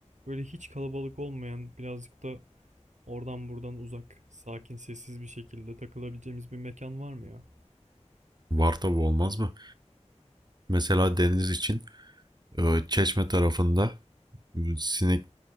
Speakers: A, on the right; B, on the right.
A: böyle hiç kalabalık olmayan, birazcık da oradan buradan uzak, sakin, sessiz bir şekilde takılabileceğimiz bir mekan var mı ya?
B: Var tabi olmaz mı? Mesela deniz için e, Çeşme tarafında e, Sinek,